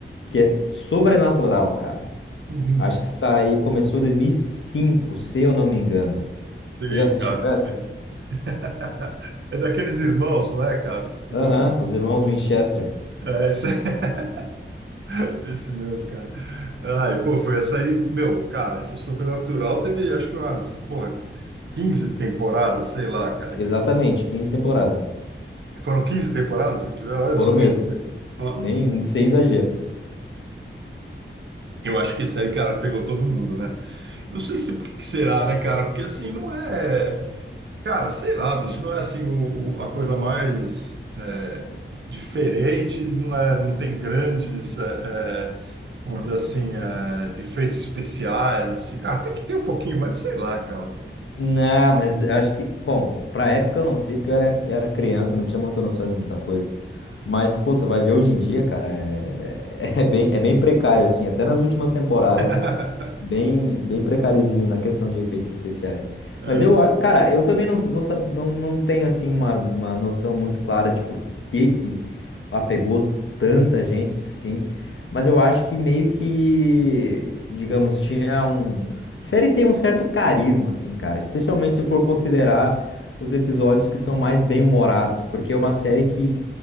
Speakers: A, on the left; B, on the right.
A: que é Sobrenatural, cara.
B: Uhum.
A: Acho que saiu, começou em 2005, se eu não me engano.
B: Sei,
A: Você já assistiu
B: cara,
A: essa?
B: sim. <laughs> É daqueles irmãos, não é, cara, que ficam
A: Aham, Os Irmãos Winchester.
B: É, esse, <laughs> esse meu, cara. Ai, pô, foi essa aí. Meu, cara, esse Sobrenatural teve acho que umas, porra, 15 temporadas, sei lá, cara.
A: Exatamente,
B: que
A: quinze temporadas.
B: Foram quinze temporadas que tiveram?
A: Foram
B: Olha só,
A: mesmo,
B: chutei. Ó,
A: nem sem exagero.
B: eu acho que esse aí, cara, pegou todo mundo, né? Não sei se por que que será, né, cara? Porque assim, não é. Cara, sei lá, bicho, não é assim o, o- a coisa mais é, diferente, não é, não tem grandes, é, é, vamos dizer assim, é, efeitos especiais, assim. Ah, Até que tem um pouquinho, mas sei lá, cara.
A: Não, mas acho que, bom, pra época eu não sei, porque eu era, era criança, não tinha muita noção de muita coisa. Mas, pô, você vai ver hoje em dia, cara, é, <laughs> é bem, é bem precário, assim, até nas últimas temporadas.
B: <laughs>
A: Bem, bem precáriozinho na questão de efeitos especiais.
B: É,
A: Mas eu, a- cara, eu também não vou saber, não, não tenho assim uma, uma noção muito clara de por que que apegou tanta gente assim, mas eu acho que meio que, digamos, tinha um, a série tem um certo carisma assim, cara, especialmente se for considerar os episódios que são mais bem-humorados, porque é uma série que